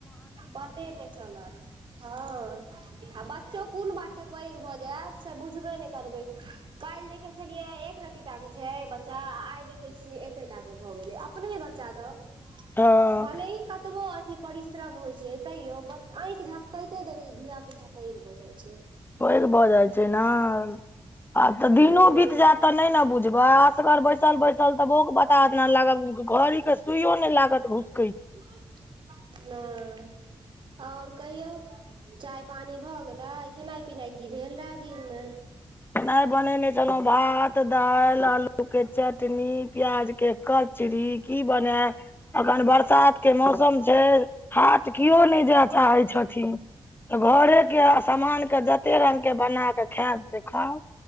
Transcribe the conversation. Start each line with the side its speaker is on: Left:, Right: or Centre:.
Right: पते नहि चलत, हँ आ बच्चो कोन बा टे पैघ भऽ जैत से बुझबे नहि करबै। काल्हि देखे छलियै, एक रति टा के छै बच्चा, आइ देखे छियै एते टा के भऽ गेलै अपने बच् चा दऽ
Left: हँ
Right: भले ही कतबो अ परिश्रम होइ छै, तैयो आँखि झपकैते देरी धिया पुता पैघ भऽ जाइ छै।
Left: पैघ भऽ जाइ छै नऽ, आब तऽ
Right: हूँ
Left: दिनो बीत जैत तऽ नहि न बुझबै, असगर बैसल-बैसल तऽ बौंक- बताह जेना लागब, घड़ी के सुइयो नहि लागत घूस
Right: नहि और कहियौ चाय पानी भऽ गेलै, खेनाइ-पिनाइ की भेल रहै दिनमे
Left: खेनाइ बनेने छलहुँ, भात, दालि, आलूके चटनी, प्याजके कचरी की बनै अखन बरसात के मौसम छै, हाट कियो नहि जाए चाहै छथिन। त घरेके समानके, जते रंगके बना कऽ खायब से खाउ